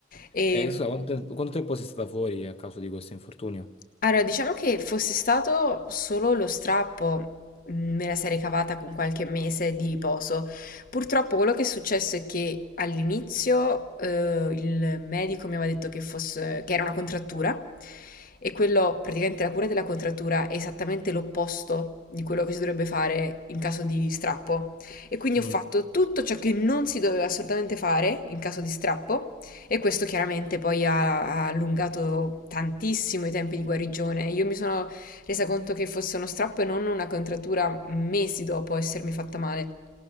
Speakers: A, on the left; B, on the left.
A: E...
B: E scusa, quanto, te- quanto tempo sei stata fuori a causa di questo infortunio?
A: Allora, diciamo che fosse stato solo lo strappo, mm, me la sarei cavata con qualche mese di riposo. Purtroppo quello che è successo è che all'inizio eh, il medico mi aveva detto che fosse- che era una contrattura e quello, praticamente la cura della contrattura è esattamente l'opposto di quello che si dovrebbe fare in caso di strappo. E quindi
B: Mm.
A: ho fatto tutto ciò che non si doveva assolutamente fare in caso di strappo. E questo chiaramente poi ha, ha allungato tantissimo i tempi di guarigione. Io mi sono resa conto che fosse uno strappo e non una contrattura mesi dopo essermi fatta male.